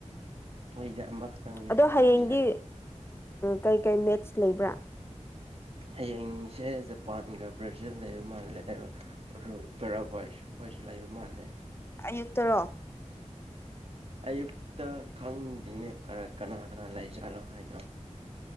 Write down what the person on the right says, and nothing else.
ꯂꯩꯖꯥꯛ ꯃꯈꯇꯪꯅꯦ
ꯀꯅꯦ
ꯍꯌꯦꯡꯁꯦ ꯖꯄꯥꯟꯒ ꯕ꯭ꯔꯥꯖꯤꯜ ꯂꯩꯕ ꯃꯥ ꯁꯨ ꯂꯩꯕ ꯃꯥꯜꯂꯦ
ꯑꯌꯨꯛꯇ ꯈꯪꯗꯦꯅꯦ ꯀꯅꯥ ꯀꯅꯥ ꯂꯩꯖꯥꯠꯅꯣ ꯍꯥꯏꯗꯣ